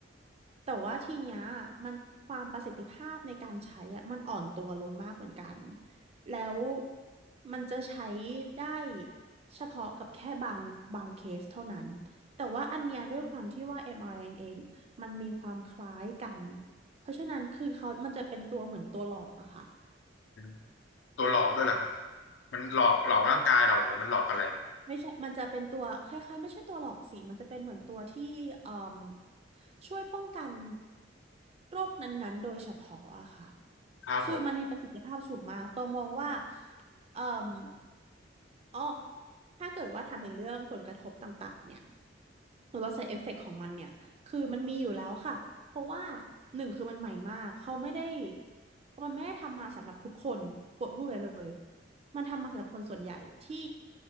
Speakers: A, on the right (about 35°); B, on the left (about 70°).
A: แต่ว่าทีเนี้ยมันความประสิทธิภาพในการใช้อะมันอ่อนตัวลงมากเหมือนกันแล้วมันจะใช้ได้เฉพาะกับแค่บางบางเคสเท่านั้นแต่ว่าอันเนี้ยด้วยความที่ว่า mRNA มอาร์เอ็นเอมันมีความคล้ายกันเพราะฉะนั้นคือเขามันจะเป็นตัวเหมือนตัวหลอกอะค่ะ
B: อืมตัวหลอกด้วยเหรอครับมันหลอกหลอกร่างกายเราเหรอหรือมันหลอกอะไร
A: ไม่ใช่มันจะเป็นตัวคล้ายๆไม่ใช่ตัวหลอกสิมันจะเป็นเหมือนตัวที่เอ่มช่วยป้องกันโรคนั้นๆโดยเฉพาะอะค่ะ
B: ครับผม
A: คือมันมีประสิทธิภาพสูงมากตองมองว่าเอ่ออ๋อถ้าเกิดว่าถามถึงเรื่องผลกระทบต่างๆ เนี่ย หรือว่า side effect ของมันเนี่ย คือมันมีอยู่แล้วค่ะ เพราะว่าหนึ่งคือมันใหม่มาก เขาไม่ได้ มันไม่ได้ทำมาสำหรับทุกคนปวดพูดไปเลย มันทำมาสำหรับคนส่วนใหญ่ที่